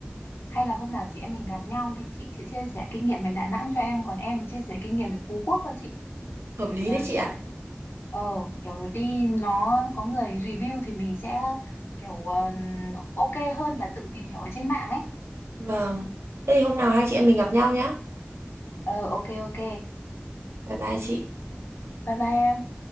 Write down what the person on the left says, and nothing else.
Hay là hôm nào chị em mình gặp nhau thì chị sẽ chia sẻ kinh nghiệm về Đà Nẵng cho em, còn em thì chia sẻ kinh nghiệm về Phú Quốc cho chị
để
à,
kiểu
ờ kiểu đi nó có người review thì mình sẽ kiểu ờ, ok hơn là tự tìm hiểu ở trên mạng ấy.
Ờ ok ok.
Bye bye em.